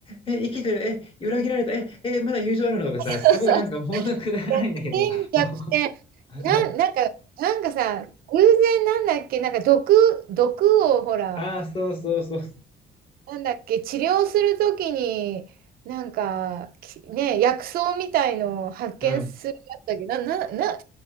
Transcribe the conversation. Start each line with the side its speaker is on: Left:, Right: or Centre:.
Left: え、生きてる、え、裏切られた、え、え、まだ友情あるのとかさ、
Right: そうそう、
Left: すごいなんかもうなくだらないんだけど、
Right: 逆転、逆転。
Left: もう、そう
Right: なん、なんか、なんかさ、偶然なんだっけ、なんか毒、毒をほら、
Left: ああ、そうそうそう。
Right: なんだっけ、治療するときに、なんか、きね、薬草みたいのを発見するやつだっけど、
Left: うん。
Right: な、な、な、